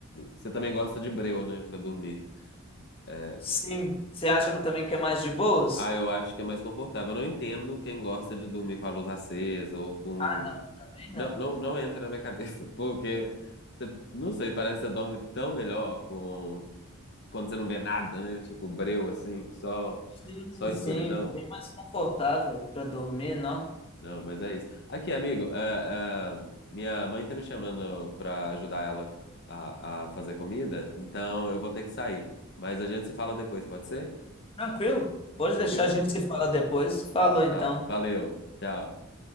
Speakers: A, on the left; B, on the left.
A: Você também gosta de breu, né, Pra dormir. É.
B: Sim. Você acha também que é mais de boas?
A: Ah, eu acho que é mais confortável. Eu não entendo quem gosta de dormir com a luz acesa ou com.
B: Ah, não, também
A: Não,
B: não.
A: não, não entra na minha cabeça, <laughs> porque você, não sei, parece que você dorme tão melhor com quando você não vê nada, né? Tipo breu assim, só
B: Sim,
A: só
B: sim,
A: escuridão.
B: é bem mais confortável para dormir, não?
A: Não, mas é isso. Aqui, amigo, é, é, minha mãe tá me chamando pra ajudar ela a, a fazer comida, então eu vou ter que sair. Mas a gente se fala depois, pode ser?
B: Tranquilo? Pode
A: Tranquilo?
B: deixar, a gente se fala depois. Falou
A: Então
B: então.
A: tá. Valeu. Tchau.